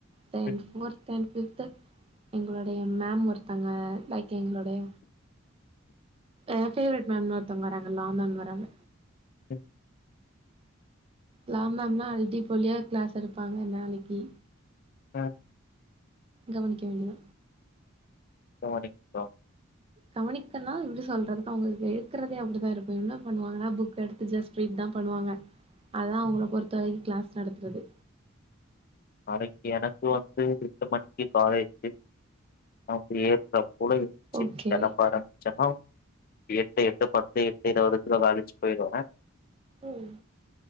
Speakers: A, on the right; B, on the left.
A: தென்
B: ம்
A: ஃபோர்த் என்ட் ஃபிப்து எங்களோடைய மேம் ஒருத்தங்க லைக் எங்களோடைய அ பேவரெட் மேம் ஒருத்தங்க வராங்கல்லா ஆ மேம் வராங்க
B: ம்
A: லா மேம்லா அல்டி போலியா கிளாஸ் எடுப்பாங்க நாளைக்கி
B: அ
A: கவனிக்க வேண்டியவ
B: போ மாட்டேங்க் பா
A: கவனிக்கலா எப்டி சொல்றதுக்கு அவுங்க ஏக்கறதே அப்டிதா இருக்கு என்ன பண்ணுவாங்கனா புக் எடுத்து ஜஸ் ரீட் தா ப பண்ணுவாங்க அதா அவுங்கள பொறுத்த வரைக்கு கிளாஸ் நடத்துறது
B: <inaudible> நாளைக்கு எனக்கு வந்து எட்டு மணிக்கு காலேஜு நா பெரிய ஸ்டாப் உலக சி
A: ஓகே
B: கடப்பாற ஜப்பாவ் எட்டு எட்டு பத்து எட்டு இருவதுக்கு அங்க ஆபிஸ் போயிடுவங்க
A: ம்